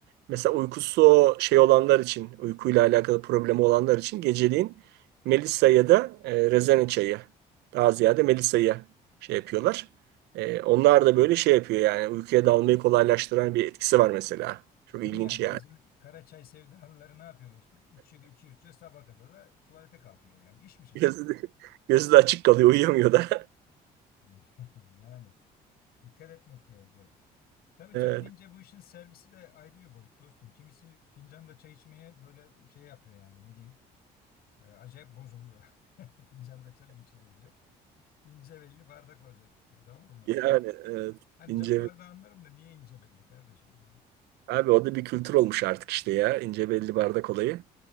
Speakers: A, on the right; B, on the left.
A: Mesela uykusu şey olanlar için, uykuyla alakalı problemi olanlar için geceliğin Melisa ya da e, rezene çayı. Daha ziyade Melisa'yı şey yapıyorlar. E, onlar da böyle şey yapıyor yani uykuya dalmayı kolaylaştıran bir etkisi var mesela. Çok
B: Değil
A: ilginç
B: mi yani?
A: yani.
B: Bizim kara çay sevdalıları ne yapıyor dostum? İçiyor, içiyor, içiyor. Sabaha kadar da tuvalete kalkıyor yani. İş mi şimdi?
A: <laughs> Gözü de, gözü de açık kalıyor, uyuyamıyor da. <laughs>
B: <laughs> Yani dikkat etmek gerekiyor. Tabii
A: Evet,
B: çay deyince bu işin servisi de ayrı bir boyut dostum. Kimisi fincanda çay içmeye böyle şey yapıyor yani ne diyeyim. e, acayip bozuluyor. <laughs> Fincanda çay mı içilir diyor. İnce belli bardak olacak diyor tamam mı?
A: yani evet,
B: Hani
A: ince.
B: cam bardağı anlarım da niye ince belli kardeşim yani.
A: Abi o da bir kültür olmuş artık işte ya. ince belli bardak olayı.